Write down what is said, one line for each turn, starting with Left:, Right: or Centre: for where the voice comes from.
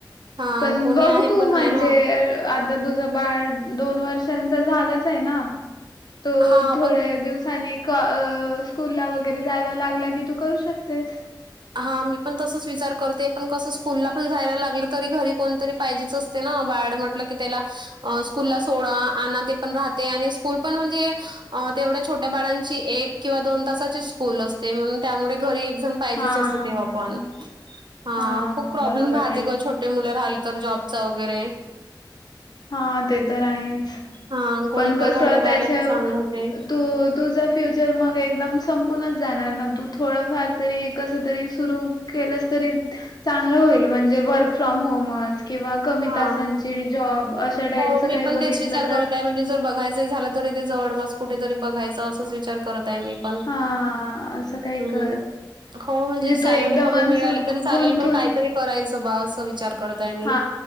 Right: हां,
Left: पण
Right: कोणी
Left: बघ
Right: आहे
Left: तू
Right: पण
Left: म्हणजे
Right: नाही ना.
Left: आता तुझं बाळ दोन वर्षांचा झालाच आहे ना. तो
Right: हां,
Left: थोड्या
Right: पण
Left: दिवसानी स्कूल ला वगैरे जायला लागला की तू करू शकतेस.
Right: हा मी पण तसच विचार करते पण कसं स्कूलला पण जायला लागलं तरी घरी कोणतरी पाहिजेच. ते ना बाळ म्हटलं की त्याला स्कूलला सोडा आणा ते पण राहते आणि स्कूल पण म्हणजे. तेवढ्या छोट्या बाळांची एक किंवा दोन तासाची स्कूल असते म्हणून त्यामुळे घरी एकजण.
Left: हां,
Right: हेच असते तेव्हा
Left: हां.
Right: पण हा
Left: हां,
Right: खूप
Left: हां.
Right: प्रोब्लेम
Left: बरोबर
Right: राहते
Left: आहे.
Right: गौ छोट्य छोटे मूले राहाल तर जॉब चा वगैरे.
Left: हा ते तर आहेच
Right: हा कोणी
Left: पण कसं
Right: बघायला
Left: त्याच्या
Right: राहिलं की चांगलं होते
Left: तू तुझं फ्युचर मग एकदम संपूनच जाणार ना तू थोडंफार तरी कस तरी सुरू केलस तरी चांगल होईल. म्हणजे वर्क फ्रॉम होम हम किंवा कमी
Right: हा
Left: तासांची जॉब अशा टाईमचं
Right: हो मी
Left: काही
Right: पण
Left: बघितलं
Right: तेच विचार
Left: तर.
Right: करत आहे म्हणजे जर बघायचं झालं तरी ते जवपास कुठेतरी बघायचं असंच विचार करत आहे मी. पण
Left: हा असं काय
Right: हम्म
Left: कर.
Right: हो म्हणजे सॅलरी
Left: तू एकदमच
Right: कमी मिळाली तरी चालेल
Left: गुंतून
Right: पण काहीतरी करायचं बा असं विचार. करत आहे मी.
Left: हा,